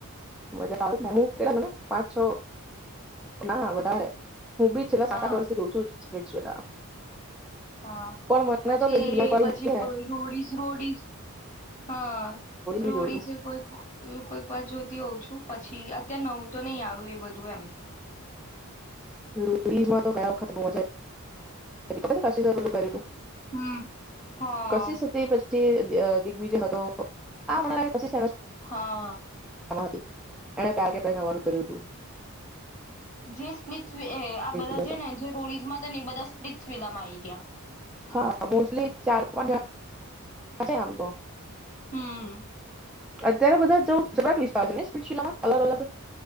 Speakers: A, in the centre; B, on the left (about 35°).
A: મજા તો આવે જ ને હું કેટલા ખબર પાંચ છ, ના વધારે હું બી છેલા
B: હા.
A: સાત આઠર્ષથી જોઉ છું જ. સ્પ્લિટ્સવિલા.
B: હા
A: પણ મને
B: પછી
A: તો પેલી પ્રિયંકા
B: એ
A: વાળી
B: પછી
A: હતી ને
B: રોડીઝ રોડીઝ હા રોડીઝ
A: બી જોઉં છું
B: એ કોઈક કોઇક વાર જોતી હોઉં છું. પછી અત્યારે નવું તો નહી આવ્યું એ બધું એમ.
A: રોડીઝમાં તો ગયા વખત બો મજા ખબ છે કાશી સાહેું પેલું કર્યું તું.
B: હમ. હા
A: કશીશ હતી પછી તે અ દિગ્વિજય હતો આ મ <unintelligible>
B: હા.
A: પળ હતી એણે બાકે પૈસા વાળું કર્યું તું.
B: જે સ્પ્લીટ વી એ આ બધા
A: ગયો
B: જે
A: હતો
B: ને જે રોડિજમાં હતા ને એ બધા સ્પિટ્સવિલામા આઈ ગ્યા.
A: હા મોસ્ટલી ચાર પાંચ આ <inaudible> છે આમ તો.
B: હમ્મ.
A: અત્યારે બધા જઉ <unintelligible> ને સ્પિટ્સવિલામા, અલગ અલગ